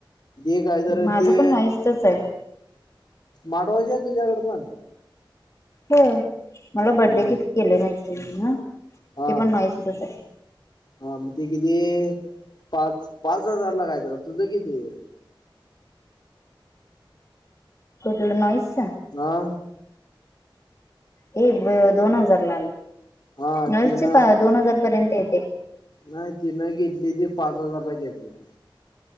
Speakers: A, on the left; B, on the left.
A: ज काय जरा
B: माझं
A: ते,
B: पण नॉईसचच आहे
A: माडवाज तुयाकडडे पण,
B: होय मला बड्डे
A: हा
B: गिफ्ट केले माते ना ते
A: हा
B: पण माहित नसायचं.
A: हा मग ते किती पाच पाच हजार ला कायत तुझं किती? हे
B: कुठलं नाहीई सा,
A: हा..
B: हे दोन हजार ला
A: हा
B: नाल
A: तिनं
B: चे दोन हजार पर्यंत येते.
A: नाही तिनं घेतली ती पाच हजार घेतला.